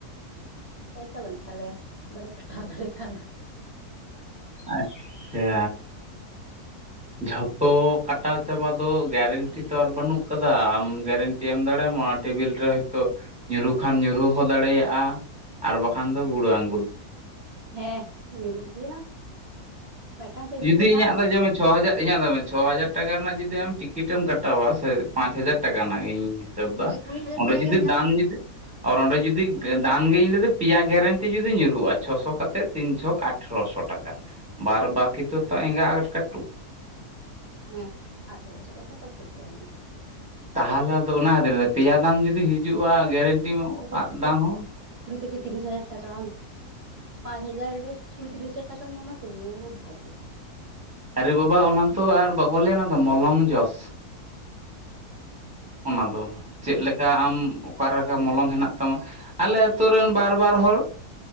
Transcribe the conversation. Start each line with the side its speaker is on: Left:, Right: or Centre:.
Right: ᱯᱚᱭᱥᱟ ᱵᱟᱹᱱᱩᱜ ᱛᱟᱞᱮᱭᱟ ᱵᱟᱞᱮ ᱠᱟᱴᱟᱣ ᱫᱟᱲᱮ ᱟᱠᱟᱫᱟ
Centre: ᱟᱪᱪᱷᱟ ᱡᱷᱚᱛᱚ ᱠᱟᱴᱟᱣ ᱪᱟᱵᱟ ᱫᱚ ᱜᱮᱨᱮᱱᱴᱤ ᱛᱚ ᱟᱨ ᱵᱟᱹᱱᱩᱜ ᱟᱠᱟᱫᱟ ᱟᱢ ᱜᱮᱨᱮᱱᱴᱤ ᱮᱢ ᱫᱟᱲᱮᱭᱟᱢᱟ ᱴᱮᱵᱤᱞ ᱨᱮ ᱦᱚᱭᱛᱳ ᱧᱩᱨᱦᱩ ᱠᱷᱟᱱ ᱧᱩᱨᱦᱩ ᱦᱚᱸ ᱫᱟᱲᱮᱭᱟᱜᱼᱟ ᱟᱨ ᱵᱟᱠᱷᱟᱱ ᱫᱚ ᱵᱩᱲᱟᱹ ᱟᱸᱜᱩᱞ
Right: ᱦᱮᱸ ᱧᱩᱨᱩᱜ ᱜᱮᱭᱟ ᱢᱤᱫᱴᱟᱝ ᱴᱮᱵᱤᱞ
Centre: ᱡᱩᱫᱤ
Right: ᱨᱮ
Centre: ᱤᱧᱟᱹᱜ
Right: ᱧᱟᱢ
Centre: ᱫᱚ
Right: ᱜᱮᱭᱟ
Centre: ᱪᱷᱚ ᱦᱟᱡᱟᱨ ᱤᱧᱟᱹᱜ ᱫᱚ ᱢᱮᱱ ᱪᱷᱚ ᱦᱟᱡᱟᱨ ᱴᱟᱠᱟ ᱨᱮᱱᱟᱜ ᱡᱩᱫᱤ ᱟᱢ ᱴᱤᱠᱤᱴᱮᱢ ᱠᱟᱴᱟᱣᱟ ᱥᱮ ᱯᱟᱸᱪ ᱦᱟᱡᱟᱨ ᱴᱟᱠᱟ ᱨᱮᱱᱟᱜ ᱤᱧ ᱦᱤᱥᱟᱹᱵ ᱮᱫᱟ
Right: ᱡᱩᱫᱤ ᱠᱩᱲᱤ ᱦᱟᱡᱟᱨ
Centre: ᱚᱸᱰᱮ
Right: ᱴᱟᱠᱟ
Centre: ᱡᱩᱫᱤ
Right: ᱜᱮᱢ ᱧᱟᱢᱟ
Centre: ᱫᱟᱱ ᱡᱩᱫᱤ ᱟᱨ ᱚᱸᱰᱮ ᱡᱩᱫᱤ ᱫᱟᱱ ᱜᱮ ᱡᱩᱫᱤ ᱯᱮᱭᱟ ᱜᱮᱨᱮᱱᱴᱤ ᱡᱩᱫᱤ ᱧᱩᱨᱦᱩᱜᱼᱟ ᱪᱷᱚᱥᱚ ᱠᱟᱛᱮᱫ ᱛᱤᱱ ᱪᱷᱚᱠ ᱟᱴᱷᱨᱚᱥᱚ ᱴᱟᱠᱟ ᱵᱟᱫ ᱵᱟᱠᱤ ᱛᱚ ᱮᱸᱜᱟ ᱠᱟᱹᱴᱩᱵ
Right: ᱦᱮᱸ ᱟᱴᱷᱨᱚᱥᱚ ᱴᱟᱠᱟ ᱛᱚ ᱠᱟᱹᱴᱤᱡ ᱠᱚᱢ ᱜᱮᱭᱟ
Centre: ᱛᱟᱦᱚᱞᱮ ᱫᱚ ᱚᱱᱟ ᱠᱷᱟᱹᱛᱤᱨ ᱯᱮᱭᱟ ᱫᱟᱢ ᱡᱩᱫᱤ ᱦᱤᱡᱩᱜᱼᱟ ᱜᱮᱨᱮᱱᱴᱤ
Right: ᱠᱩᱲᱤ
Centre: ᱟᱜ
Right: ᱦᱟᱡᱟᱨ
Centre: ᱫᱟᱢ
Right: ᱴᱟᱠᱟ
Centre: ᱦᱚᱸ
Right: ᱠᱩᱲᱤ ᱛᱮᱜᱮ ᱛᱤᱨᱤᱥ ᱦᱟᱡᱟᱨ ᱴᱟᱠᱟ ᱯᱟᱸᱪ ᱦᱟᱡᱟᱨ ᱨᱮ ᱠᱩᱲᱤ ᱛᱤᱨᱤᱥ ᱦᱟᱡᱟᱨ ᱴᱟᱠᱟᱢ ᱧᱟᱢᱟ ᱛᱚᱵᱩ ᱵᱷᱟᱜᱤ
Centre: ᱟᱨᱮ ᱵᱟᱵᱟ ᱚᱱᱟ ᱛᱚ ᱟᱨ ᱵᱟᱠᱚ ᱞᱟᱹᱭᱟ ᱚᱱᱟ ᱫᱚ ᱢᱚᱞᱚᱝ ᱡᱚᱥ ᱚᱱᱟ ᱫᱚ ᱪᱮᱫ ᱞᱮᱠᱟ ᱟᱢ ᱚᱠᱟ ᱞᱮᱠᱟ ᱢᱚᱞᱚᱝ ᱦᱮᱱᱟᱜ ᱛᱟᱢᱟ ᱟᱞᱮ ᱟᱛᱳ ᱨᱮᱱ ᱵᱟᱨ ᱵᱟᱨ ᱦᱚᱲ